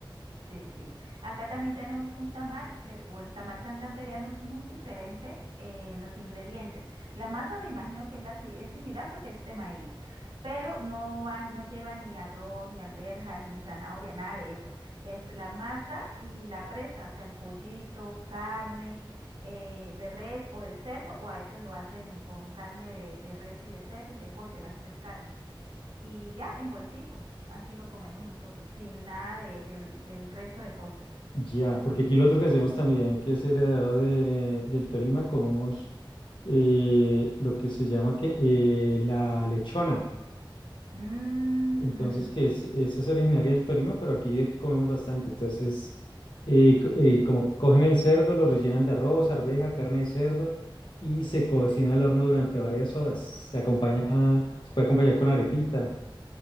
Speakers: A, on the right; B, on the left.
A: Sí, sí. Acá también tenemos un tamal, pero o el tamal santandereano es muy diferente eh, en los ingredientes. La masa me imagino que es, la, si- es similar porque es de maíz, pero no van, no lleva ni arroz, ni alberja, ni zanahoria, nada de eso. Es la masa y la presa, o sea, el pollito, carne eh, de res o de cerdo, o a veces lo hacen con carne de, de res y de cerdo y de pollo, las tres carnes y ya envueltico. Así lo comemos nosotros, sin nada de- del, del resto de cosas.
B: Ya, porque aquí lo otro que hacemos también, que es heredado de, del Tolima, comemos eh, lo que se llama que, eh, la lechona.
A: Mhm,
B: Entonces, que es, esa es originaria del Tolima, pero aquí comemos bastante. Entonces, eh, co- eh, como cogen el cerdo, lo rellenan de arroz, arveja, carne de cerdo y se cocina al horno durante varias horas. Se acompaña,
A: mhm,
B: se puede acompañar con arepita.